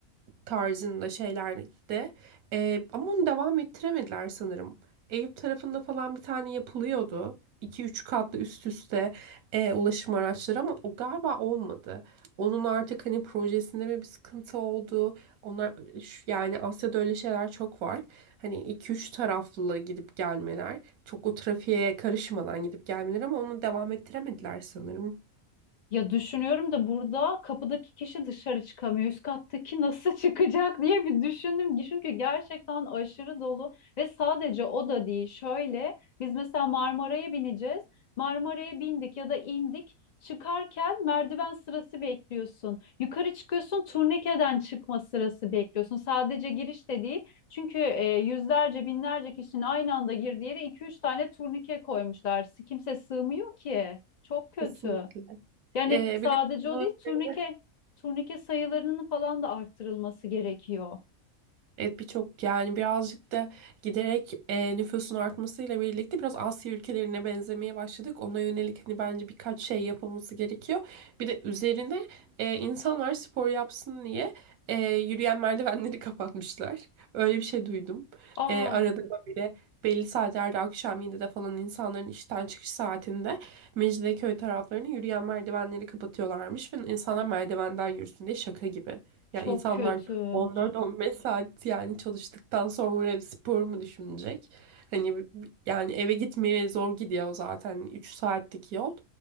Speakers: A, on the right (about 85°); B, on the left (about 70°).
A: tarzında şeyler de. Ee, ama onu devam ettiremediler sanırım. Eyüp tarafında falan bir tane yapılıyordu. iki üç katlı üst üste e, ulaşım araçları ama o galiba olmadı. Onun artık hani projesinde mi bir sıkıntı oldu? Onlar şu- yani Asya'da öyle şeyler çok var. Hani iki üç taraflı gidip gelmeler, çok o trafiğe karışmadan gidip gelmeler ama onu devam ettiremediler sanırım.
B: Ya düşünüyorum da burada kapıdaki kişi dışarı çıkamıyor. Üst kattaki nasıl <laughs> çıkacak diye bir düşündüm. Çünkü gerçekten aşırı dolu ve sadece o da değil. Şöyle biz mesela Marmara'ya bineceğiz. Marmara'ya bindik ya da indik. Çıkarken merdiven sırası bekliyorsun. Yukarı çıkıyorsun turnikeden çıkma sırası bekliyorsun. Sadece giriş de değil. Çünkü e, yüzlerce binlerce kişinin aynı anda girdiği yere 2-3 tane turnike koymuşlar. Kimse sığmıyor ki. Çok kötü.
A: Kesinlikle.
B: Yani
A: Ee,
B: sadece
A: bir de <laughs>
B: o değil, turnike turnike sayılarının falan da arttırılması gerekiyor.
A: Evet birçok yani birazcık da giderek e, nüfusun artmasıyla birlikte biraz Asya ülkelerine benzemeye başladık. Ona yönelik hani bence birkaç şey yapılması gerekiyor. Bir de üzerine e, insanlar spor yapsın diye e, yürüyen merdivenleri <laughs> kapatmışlar. Öyle bir şey duydum.
B: Aa,
A: E, arada böyle belli saatlerde akşam 7'de falan insanların işten çıkış saatinde Mecidiyeköy taraflarını yürüyen merdivenleri kapatıyorlarmış ve insanlar merdivenden yürüsün diye şaka gibi.
B: çok
A: Ya insanlar
B: kötü.
A: 14-15 saat yani çalıştıktan sonra spor mu düşünecek? Hani bi- bi- yani eve gitmeye zor gidiyor zaten 3 saatlik yol.